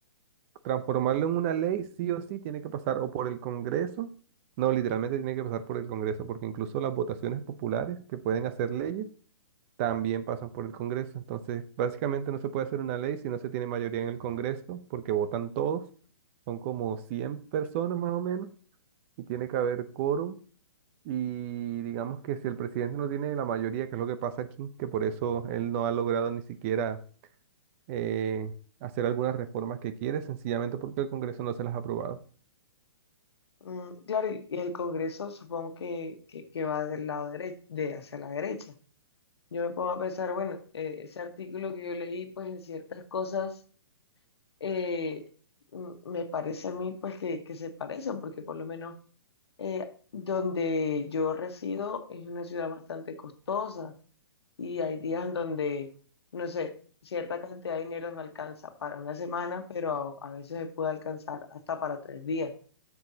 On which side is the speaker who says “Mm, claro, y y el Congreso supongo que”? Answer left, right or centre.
Left